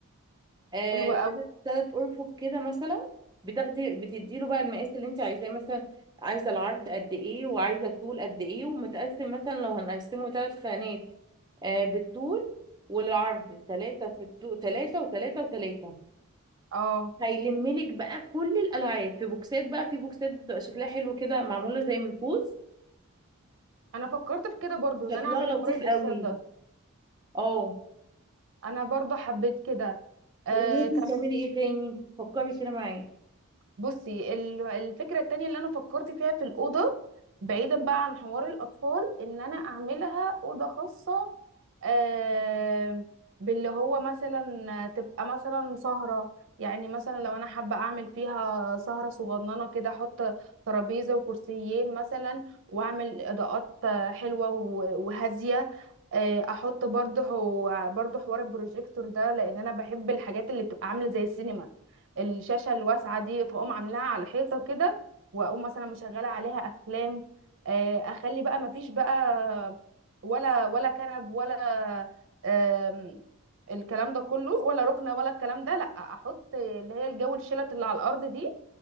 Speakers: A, on the right (about 20°); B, on the right (about 60°).
A: آه
B: حلوة قوي
A: تلات تلات ارفف كده مثلا بتاخدي بتدي له بقى المقاس اللي انت عايزاه مثلا عايزه العرض قد ايه وعايزه الطول قد ايه ومتقسم مثلا لو هنقسمه ثلاث خانات آه بالطول والعرض ثلاثة في الطول ثلاثة وثلاثة وثلاثة
B: اه
A: هيلملك بقى كل الالعاب في بوكسات بقى في بوكسات بتبقى شكلها حلو كده معموله زي من الفوز
B: انا فكرت في كده برضو ان
A: شكلها
B: انا اعمل حوار
A: لطيف
B: البوكسات
A: قوي
B: ده
A: اه
B: انا برضو حبيت كده آه،
A: وممكن تعملي ايه تاني فكري كده معايا
B: بصي ال- الفكرة التانية اللي أنا فكرت فيها في الأوضة بعيدا بقى عن حوار الأطفال إن أنا أعملها أوضة خاصة آه، باللي هو مثلا تبقى مثلا سهرة يعني مثلا لو أنا حابة أعمل فيها سهرة صغننة كده أحط ترابيزة وكرسيين مثلا وأعمل إضاءات آه، حلوة و- وهادية آه، احط برضه برضه حوار البروجيكتور ده لان انا بحب الحاجات اللي بتبقى عامله زي السينما الشاشه الواسعه دي فاقوم عاملاها على حيطه كده واقوم مثلا مشغله عليها افلام آه، اخلي بقى مفيش بقى ولا ولا كنب ولا آم، الكلام ده كله ولا ركنه ولا الكلام ده لا احط اللي هي الجو الشلت اللي على الارض دي